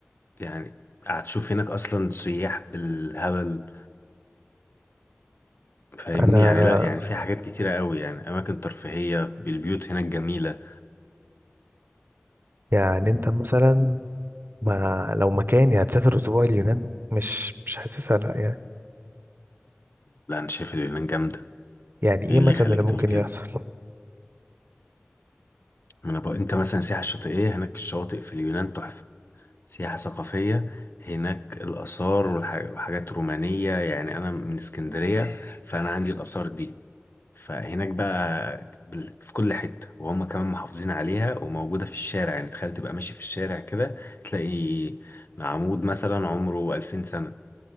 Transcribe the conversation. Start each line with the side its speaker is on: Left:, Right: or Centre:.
Left: يعني هتشوف هناك اصلا سياح بالهبل فاهمني
Right: انا
Left: يعني لا يعني في حاجات كتيرة قوي يعني اماكن ترفيهية بالبيوت هناك جميلة
Right: يعني انت مثلا ما لو مكاني هتسافر اسبوع اليونان مش مش حاسسها لا يعني
Left: لا انا شايف اليونان جامدة
Right: يعني ايه
Left: ايه اللي
Right: مثلا
Left: يخليك
Right: اللي ممكن
Left: تقول كده
Right: يحصل
Left: ما انا بقى انت مثلا سياحة شاطئية هناك الشواطئ في اليونان تحفة سياحة ثقافية هناك الآثار والح- وحاجات رومانية يعني أنا من اسكندرية فأنا عندي الآثار دي فهناك بقى بال- في كل حتة وهم كمان محافظين عليها وموجودة في الشارع يعني تخيل تبقى ماشي في الشارع كده تلاقي عمود مثلا عمره ألفين سنة